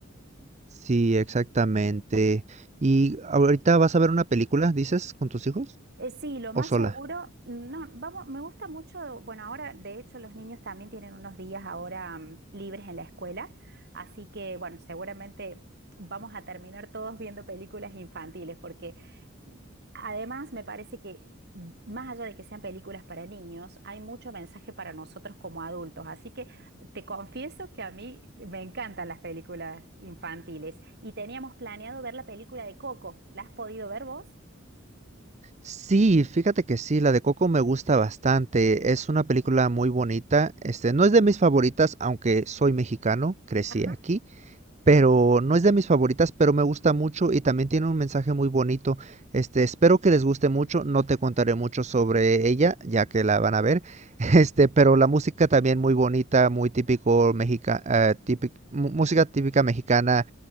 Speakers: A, on the right (about 35°); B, on the right (about 55°).
A: Sí, exactamente. ¿Y ahorita vas a ver una película, dices, con tus hijos
B: Eh, sí, lo más
A: o sola?
B: seguro, no, vamos, me gusta mucho, bueno, ahora de hecho los niños también tienen unos días ahora mm, libres en la escuela, así que bueno, seguramente vamos a terminar todos viendo películas infantiles, porque además me parece que mm, más allá de que sean películas para niños, hay mucho mensaje para nosotros como adultos, así que te confieso que a mí me encantan las películas infantiles y teníamos planeado ver la película de Coco, ¿la has podido ver vos?
A: Sí, fíjate que sí, la de Coco me gusta bastante. Es una película muy bonita. Este, no es de mis favoritas, aunque soy mexicano, crecí
B: Ajá.
A: aquí. pero no es de mis favoritas, pero me gusta mucho y también tiene un mensaje muy bonito. Este, espero que les guste mucho, no te contaré mucho sobre ella, ya que la van a ver. <laughs> Este, pero la música también muy bonita, muy típico mexica, eh, típic- mu- música típica mexicana.